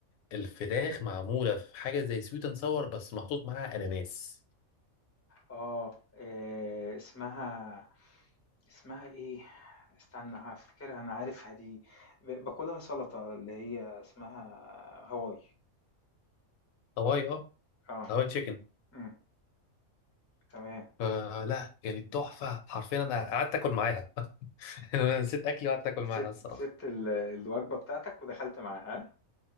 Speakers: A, on the left; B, on the left.
A: الفراخ معمولة في حاجة زي سويت اند ساور بس محطوط معاها اناناس
B: اه إيه... اسمها اسمها إيه؟ استنى هافتكرها أنا عارفها دي ب باكلها سلطة اللي هي اسمها هواي
A: هواي اه
B: آه،
A: هواي تشيكن
B: إمم، تمام.
A: فلا يعني تحفه حرفيا انا قعدت اكل معاها <laughs> انا نسيت اكلي وقعدت اكل
B: سِبت
A: معاها الصراحه
B: سِبت ال الوجبة بتاعتك ودخلت معاها، ها؟